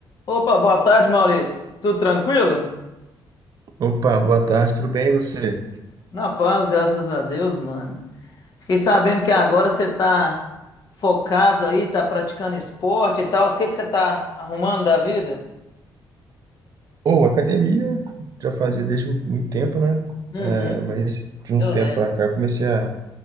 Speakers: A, on the left; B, on the right.
A: Opa, boa tarde, Maurício. Tudo tranquilo?
B: Opa, boa tarde, tudo bem e você?
A: Na paz, graças a Deus, mano. Fiquei sabendo que agora você tá focado aí, tá praticando esporte e tal. O que que você tá arrumando da vida?
B: Pô, academia já fazia desde muito tempo, né?
A: Uhum,
B: É, mas de um
A: eu
B: tempo
A: lembro.
B: pra cá comecei a